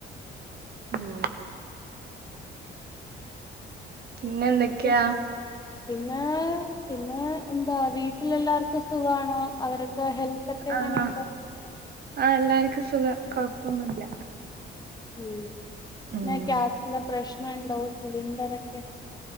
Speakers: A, on the right (about 55°); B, on the left (about 20°).
A: ഉം ഉം പിന്ന എന്തൊക്കെയാ
B: പി- പിന്നെ പിന്നെ എന്താ വീട്ടിലെല്ലാവർക്കും സുഖാണോ അവരൊക്കെ ഹെൽത്ത് ഒക്കെ എങ്ങനുണ്ട്
A: ആഹ് ആഹ് എല്ലാർക്കും സുഖം കൊഴപ്പൊന്നുല്ല
B: ഉം പിന്നെ
A: ഉം
B: ഗ്യാസിന്റെ പ്രശ്നണ്ടോ സിലിണ്ടർ ഒക്കെ